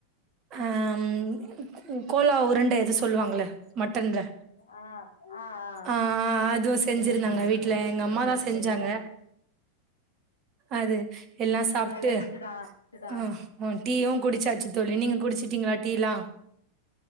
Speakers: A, on the right (about 35°); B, on the left (about 75°).
A: அஹம் கோலா உருண்ட எது சொல்லுவாங்கள மட்டன்ல
B: ஆ ஆ ஆ
A: அஆஹ் அதுவும்
B: சரிங்க
A: செஞ்சிருந்தாங்க வீட்டுல எங்க அம்மாதான்
B: தோழி
A: செஞ்சாங்க
B: சரிங்க தோழி
A: அது எல்லாம் சாப்பிட்டு
B: நல்லா லன்ச்சு தா தா
A: ஆஹ் ஹ டீயும் குடிச்சாச்சு தோழி நீங்க குடிச்சிட்டீங்களா டீலாம்